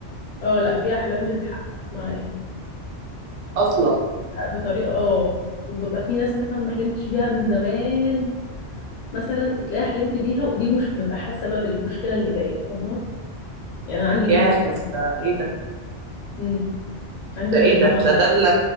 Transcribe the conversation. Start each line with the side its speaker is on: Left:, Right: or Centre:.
Left: اه لا في احلام بتتحقق معايا
Right: اصلا
Left: بطريقه اه وببقى في ناس مثلا ما حلمتش بيها من زمان مثلا وتلاقيها حلمت بيها ودي مش ببقى حاسه بقى بالمشكله اللي جايه فاهمه يعني انا عندي
Right: يا
Left: من ده كتير
Right: طب ده ايه ده
Left: امم عندي
Right: ده
Left: مشكلة
Right: ايه ده
Left: مع ده
Right: ده ده
Left: أوي.
Right: ال-